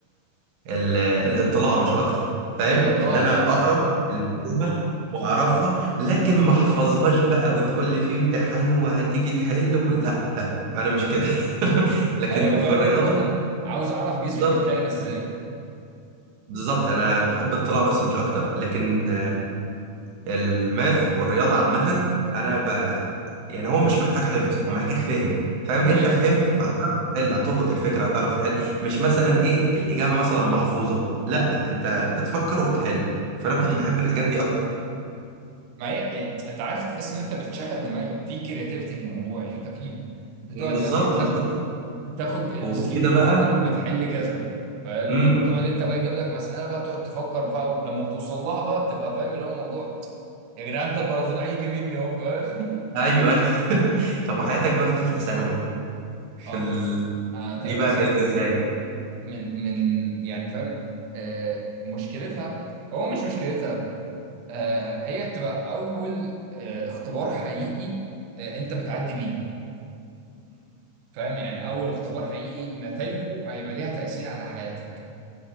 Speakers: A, on the right; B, on the right.
A: ال- الاطلاع مش اكتر فاهم
B: ايوه اللي
A: ان
B: هو
A: انا
B: تعرف
A: اقرا المعلومه واعرفها لكن ما احفظهاش بقى وتقول لي في امتحان وهتيجي تحل و... لا لا انا مش كده <laughs> لكن
B: ايوه
A: في
B: فاهم
A: الرياضه
B: اللي هو انا عاوز اعرف جسمي
A: بالظبط
B: بيشتغل ازاي
A: بالظبط انا بحب اطلاع بس مش اكتر لكن الماث والرياضة عامة أنا ب... يعني هو مش محتاج حفظ هو محتاج فهم فاهم أنت
B: ايوه
A: فهمت فهتعرف تحل هتلقط الفكرة هتعرف تحل مش مثلا إيه الإجابة مثلا محفوظة لا أنت بتفكر وبتحل فأنا
B: امم
A: كنت بحب الحاجات دي أكتر
B: ما هي إيه، انت عارف تحس ان انت بتشغل دماغك في كرياتيفيتي في الموضوع يعني انت في بتقعد
A: مم، بالظبط
B: مثلا تاخد
A: بالظبط
B: تاخد الثيوري
A: وغير كده بقى
B: دي مثلا بتحل كذا فاهم
A: امم
B: وبتقعد انت بقى يجيب لك مساله بقى تقعد تفكر فيها ولما بتوصل لها بقى بتبقى فاهم اللي هو الموضوع يا جدعان ده المناظير هيجي مني اهو فاهم
A: ايوه ايوه <laughs> طب وحياتك بقى في ثالثه ثانوي
B: <laughs>
A: في
B: اه
A: ال...
B: بص انا
A: دي
B: ثالثه
A: بقى
B: ثانوي
A: كانت ازاي؟
B: دي من من يعني فاهم آه مشكلتها هو مش مشكلتها آه، هي بتبقى اول آه، اختبار حقيقي آه، انت بتعدي بيه فاهم يعني اول اختبار حقيقي نتائجه هيبقى ليها تأثير على حياتك